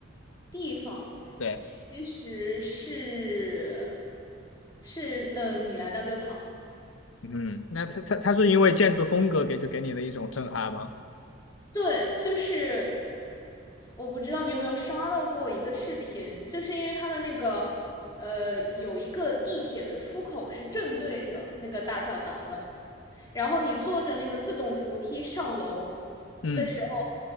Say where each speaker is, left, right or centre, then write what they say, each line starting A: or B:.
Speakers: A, on the left; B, on the left.
A: 地方其实是
B: 对，
A: 是呃米兰大教堂，
B: 嗯，那它它它是因为建筑风格给就给你的一种震撼吗？
A: 对，就是我不知道你有没有刷到过一个视频，就是因为它的那个呃有一个地铁的出口是正对着那个大教堂的。然后你坐着那个自动扶梯上楼
B: 嗯，
A: 的时候，